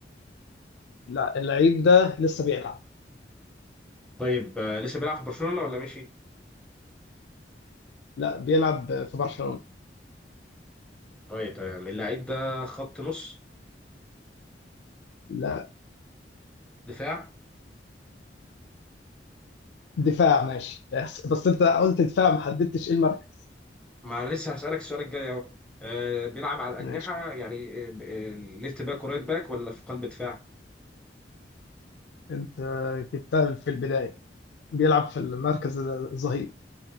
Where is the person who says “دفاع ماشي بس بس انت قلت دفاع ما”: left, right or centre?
Left